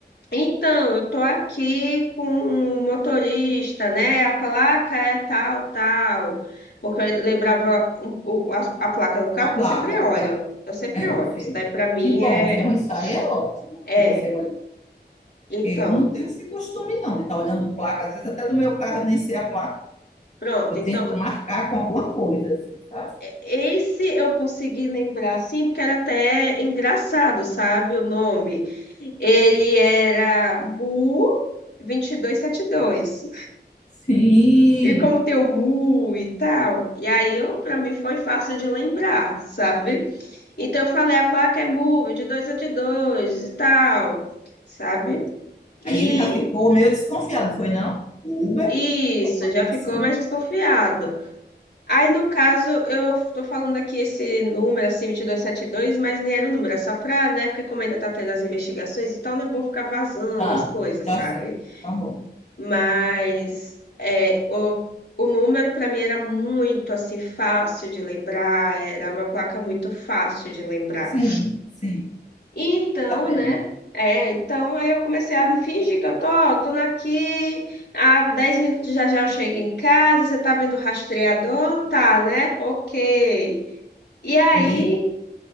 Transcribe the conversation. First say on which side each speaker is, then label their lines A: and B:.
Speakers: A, on the left; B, on the left.
A: Então, eu tô aqui com o motorista, né? A placa é tal, tal. Porque eu lembrava um- o- a, a placa do carro,
B: a
A: porque
B: placa
A: eu sempre
B: do
A: olho.
B: carro.
A: Eu sempre
B: É,
A: olho.
B: sim.
A: Isso daí pra mim
B: Que bom,
A: é.
B: viu? Isso aí é ótimo.
A: É.
B: Que você olha.
A: Então,
B: Eu não tenho esse costume, não, de estar olhando placa. Às vezes, até do meu carro, eu nem sei a placa.
A: pronto.
B: Eu
A: Então,
B: tento marcar com alguma coisa, assim, sabe?
A: esse eu consegui lembrar, assim, porque era até engraçado, sabe? O nome. Ele era Mu 2272.
B: Sim.
A: E como tem o Mu e tal, e aí eu para mim foi fácil de lembrar, sabe? Então eu falei, a placa é Mu 2272 e tal, sabe? E
B: Aí ele já ficou meio desconfiado, foi não? O Uber?
A: isso,
B: Alguma
A: já
B: relação?
A: ficou mais desconfiado. Aí no caso, eu tô falando aqui esse número, assim, 2272, mas nem era o número, é só pra, né? Porque como ainda tá tendo as investigações e tal, não é bom ficar vazando
B: Tá,
A: as coisas,
B: tá
A: sabe?
B: certo, tá bom.
A: Mas é, o, o número para mim era muito assim fácil de lembrar, era uma placa muito fácil de lembrar.
B: Sim, sim,
A: Então,
B: tá bem.
A: né? É, então aí eu comecei a me fingir que eu tô, ó, tô aqui, há 10 minutos já já eu chego em casa, você tá vendo o rastreador? Tá, né? Ok. E aí,
B: E-